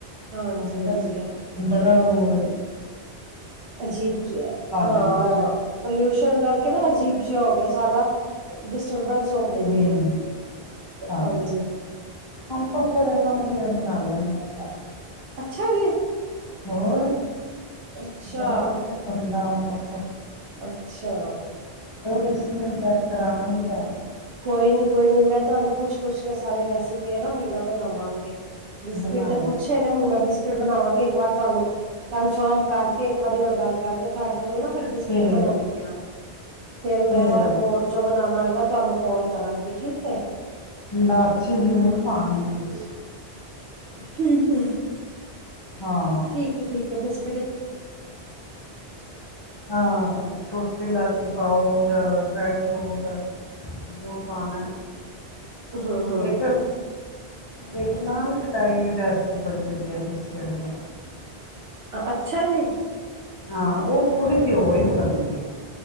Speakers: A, on the right; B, on the left.
A: ਹਾਂਜੀ-ਹਾਂਜੀ
B: ਓ ਪਰ ਬੜਾ ਔ ਏ।
A: ਅਜੀਬ ਜਿਹਾ, ਹਾਂ
B: ਨਿਕਲ ਗਿਆ ਜੀ
A: ਪੋਲਿਊਸ਼ਨ ਕਰਕੇ ਨਾ ਅਜੀਬ ਜਯਾ ਹੋ ਗਆ ਸਾਰਾ ਡਿਸਟਰਬੈਂਸ ਹੋ ਗਈ
B: ਹੂੰ
A: ਦੀ ਹੈ। ਹਾਂਜੀ,
B: ਆ <unintelligible> ਬਨਾ ਲੇਨੇ ਆ ਘ
A: ਅੱਛਾ ਜੀ।
B: ਹੋਰ!
A: ਅੱਛਾ,
B: ਬੜਾ ਵਦੀਆ ਬੰਦਾ ਆਮ ਪਾਪਾ।
A: ਅੱਛਾ।
B: ਉਸੀ ਦਿਨ ਚੈੱਕ ਕਰਾਗੀ ਤਾਂ
A: ਕੋਈ ਨੀ, ਕੋਈ ਨੀ। ਮੈਂ ਤੁਆਨੂੰ ਪੁੱਛ-ਪੁੱਛ ਕੇ ਸਾਰੀ ਰੈਸਿਪੀ ਏ ਨਾ ਫਿਰ ਮੈਂ ਬਨਾਵਾਂਗੀ। ਬਿਸਕਿਟ
B: ਬਣਾਇਆ
A: ਤੇ ਪੁੱਛੇ ਨੇ ਹੁਣ ਮੈਂ ਬਿਸਕਿਟ ਬਣਾਵਾਂਗੀ। ਇੱਕ ਵਾਰ ਤੁਹਾਨੂੰ ਕਨਫਰਮ ਕਰਕੇ ਇੱਕ ਵਾਰੀ ਹੋਰ ਗੱਲ ਕਰਕੇ ਤੁੇ ਨਾਲ ਨਾ ਫਿਰ ਬਿਸਕੁਟ
B: ਠੀਕ
A: ਬਣਾਉਂਦੀਆਂ ਫੇਰ
B: ਠੀਕ
A: ਮੈਂ ਹੋਰ
B: ਹੈ
A: ਜੋ ਬਣਾਉਣਾ ਹੈਗਾ ਤੁਹਾਨੂੰ ਕਾਲ ਕਰਾਂਗੀ ਠੀਕ ਐ।
B: ਲਾਚੀ ਜ਼ਰੂਰ ਪਾਣੀ ਵਿੱਚ
A: ਠੀਕ ਹੈ
B: ਹਾਂ
A: ਠੀਕ ਐ -ਠੀਕ ਐ ਬਸ
B: ਹਾਂ ਛੋਟ ਇਲਾਚੀ ਪਾਓ ਜਾਂ ਡਰਾਈ ਫਰੂਟ ਜੋ ਪਾਣਾ
A: ਹਾਂ- ਹਾਂ।
B: ਇੱਕ ਇੱਕ ਨਾਨ ਖਟਾਈ ਰੈਸਪੀ ਬੜੀ ਵਧੀਆ ਬਿਸਕਿਟ ਦੀ।
A: ਅੱਛਾ ਜੀ।
B: ਹਾਂ ਉਹ ਪੁੁਰੀ ਘਿਉ 'ਚ ਬਣਦੀ